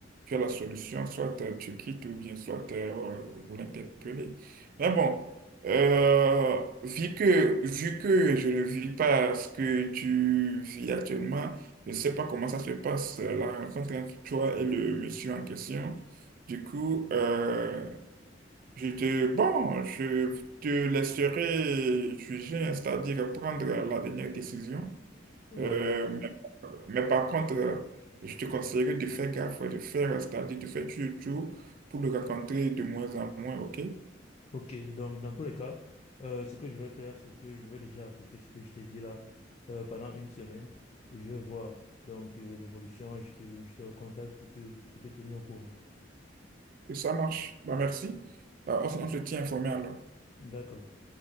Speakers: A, on the right; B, on the left.
A: tu as la solution, soit euh, tu quittes ou bien soit euh, vous l'interpellez. Mais bon, euh, vu que, vu que je ne vis pas ce que tu vis actuellement, je ne sais pas comment ça se passe, euh, la rencontre entre toi et le monsieur en question. Du coup, euh, je te, bon, je te laisserai juger, c'est-à-dire prendre la dernière décision.
B: Ouais,
A: Euh,
B: ouais.
A: mais, mais par contre, euh, je te conseillerais de faire gaffe, de faire, c'est-à-dire de faire toujours tout pour le rencontrer de moins en moins, ok? Et
B: Ok, donc dans tous les cas, euh, ce que je vais faire, c'est que je vais déjà appliquer ce que je t'ai dit là euh, pendant une semaine et je vais voir donc euh, l'évolution et je te, je te recontacte pour te, pour te tenir au courant.
A: ça marche. Bah, merci. Bah, on on se tient informé alors.
B: D'accord.